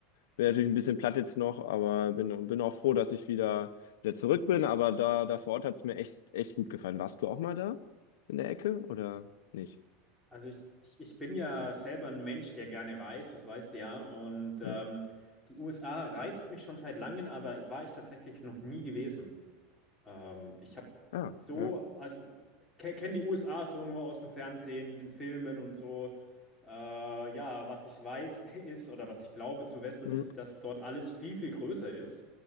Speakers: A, on the left; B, in the centre.
A: bin natürlich ein bisschen platt jetzt noch, aber bin, bin auch froh, dass ich wieder, wieder zurück bin. Aber da, da vor Ort hat es mir echt, echt gut gefallen. Warst du auch mal da in der Ecke oder nicht?
B: Also ich, ich, ich bin ja selber ein Mensch, der gerne reist, das weißt du ja. Und ähm,
A: Hm.
B: die USA reizt mich schon seit langem, aber war ich tatsächlich noch nie gewesen. Ähm, ich habe
A: Ah,
B: so,
A: ja.
B: also kenne die USA so nur aus dem Fernsehen, den Filmen und so. Äh, ja, was ich weiß <laughs> ist oder was ich glaube zu wissen
A: Hm.
B: ist, dass dort alles viel, viel größer ist.